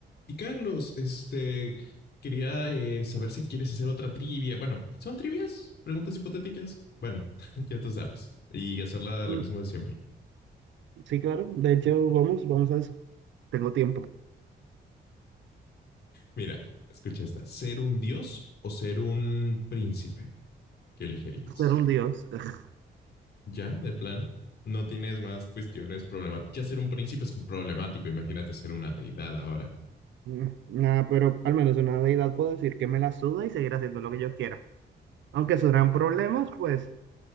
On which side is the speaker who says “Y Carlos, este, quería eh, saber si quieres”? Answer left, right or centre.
Left